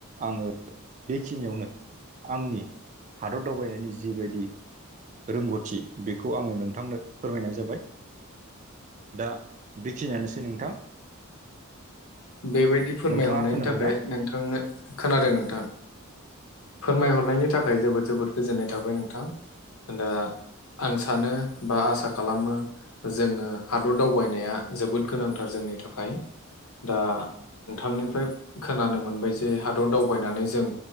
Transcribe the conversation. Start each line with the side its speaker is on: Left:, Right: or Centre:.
Right: आङो बेखिनियावनो आंनि हादर दावबायनायनि जिबायदि रोंगौथि बेखौ आङो नोंथांनो फोरमायनाय जाबाय। दा बेखिनियानोसै नोंथां।
Left: बेबायदि फोरमायहरनायनि
Right: नोंथाङा खोनादोंना
Left: थाखाय नोंथांनो, खोनादों नोंथाङा? फोरमायहरनायनि थाखाय जोबोद जोबोद गोजोननाय थाबाय नोंथां। दा आं सानो बा आसा खालामो जोङो हादर दावबायनाया जोबोद गोनांथार जोंनि थाखाय दा नोंथांनिफ्राय खोनानो मोनबाय जे हादर दावबायनानै जों